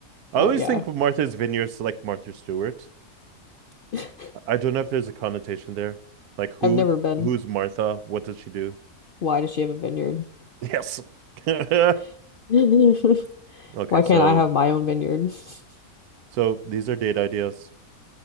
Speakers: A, on the right (about 80°); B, on the left (about 65°).
A: I
B: Oh,
A: always
B: yeah.
A: think of Martha's Vineyard's like Martha Stewart.
B: <laughs>
A: I don't know if there's a connotation there. Like, who
B: I've never been.
A: who's Martha? What does she do?
B: Why does she have a vineyard?
A: Yes. <laughs>
B: <laughs> Why
A: Okay, so
B: can't I have my own vineyard? <laughs>
A: so these are date ideas.